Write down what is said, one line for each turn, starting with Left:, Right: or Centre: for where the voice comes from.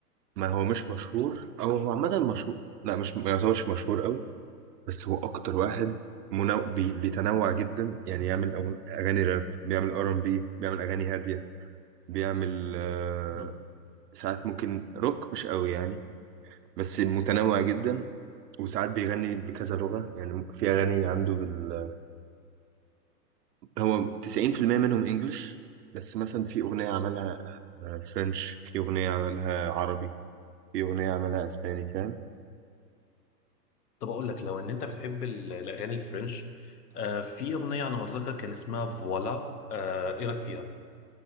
Right: ما هو مش مشهور او هو عامه مشهور لا مش ما يعتبرش مشهور قوي بس هو اكتر واحد
Left: مم.
Right: منو... بي... بيتنوع جدا يعني يعمل أغن... اغاني راب بيعمل ار ام بي بيعمل اغاني هاديه بيعمل آه...
Left: مم.
Right: ساعات ممكن روك مش قوي يعني بس متنوع جدا وساعات بيغني بكذا لغه يعني في اغاني عنده بال... هو 90% منهم انجلش بس مثلا في اغنيه عملها آه، فرنش في اغنيه عملها عربي في اغنيه عملها اسباني فاهم
Left: طب أقول لك لو إن أنت بتحب ال- الأغاني الفرنش آه في أغنية أنا متذكر كان اسمها فوالا آه إيه رأيك فيها؟